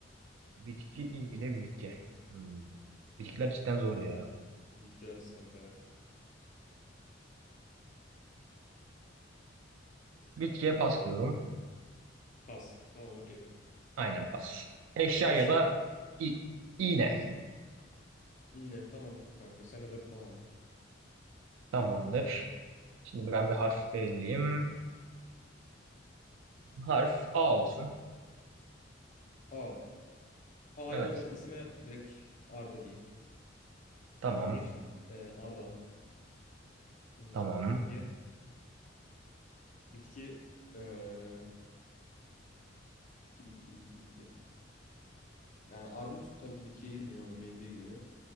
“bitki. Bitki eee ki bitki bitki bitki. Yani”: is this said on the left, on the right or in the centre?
Left